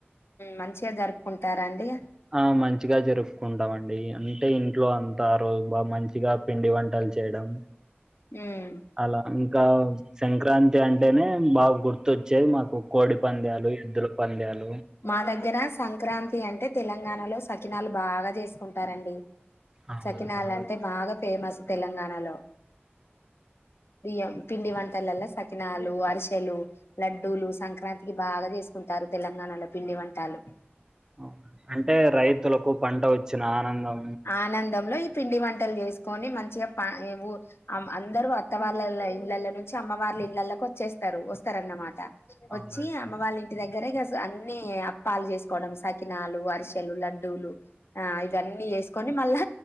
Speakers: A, on the left; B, on the right.
A: మంచిగా జరుపుకుంటారాండి
B: ఆ మంచిగా జరుపుకుంటాండి అంటే ఇంట్లో అంతా రోజు బా మంచిగా పిండి వంటలు చేయడం.
A: ఉమ్
B: అలా ఇంకా సంక్రాంతి అంటేనే బాగా గుర్తొచ్చేది మాకు కోడి పంద్యాలు ఎద్దుల పంద్యాలు
A: మా దగ్గర సంక్రాంతి అంటే తెలంగాణలో సకినాలు బాగా చేసుకుంటా టారండి
B: అవునండి
A: సకినాలు అంటే బాగా ఫేమస్ తెలంగాణలో బియ్యం పిండి వంటలల్లా సకినాలు, అరిసెలు, లడ్డూలు సంక్రాంతికి బాగా తీసుకుంటారు తెలంగాణలో పిండి వంటాలు
B: అవునండి. అంటే రైతులకు పంట వచ్చిన ఆనందం.
A: ఆనందంలో ఈ పిండి వంటలు చేసుకొని, మంచిగా పా ఈ ఉ అం అందరూ అత్త వాళ్ళ ఇండ్లల్ల నుంచి అమ్మ వాళ్ళ ఇళ్ళలోకి వచ్చేస్తరు వస్తరన్నమాట.
B: అవునండి
A: వచ్చి అమ్మ వాళ్ళ ఇంటి దగ్గర ఇగ స అన్ని అప్పాలు చేసుకోవడం స కినాలు, అరిసెలు, లడ్డూలు ఆ ఇవన్నీ చేస్ కొని మళ్ళా